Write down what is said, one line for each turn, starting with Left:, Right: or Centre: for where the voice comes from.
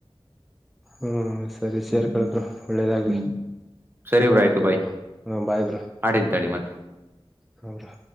Centre: ಹ್ಮ ಸರಿ ಸೇರ್ಕಳಬ್ರ
Right: ಹ್ಮ್
Centre: ಒಳ್ಳೇದಾಗ್ಲಿ
Right: ಹ್ಮ್ ಸರಿ
Centre: ಹ್ಮ್
Right: ಬ್ರೋ ಆಯ್ತು
Centre: ಓಕೆಬ್ರ.
Right: ಬಾಯ್
Centre: ಹಾ ಬಾಯಬ್ರಾ.
Right: ಆಡಿನ ತಳಿ ಮತ್ತೆ.
Centre: ಹೌದಾ.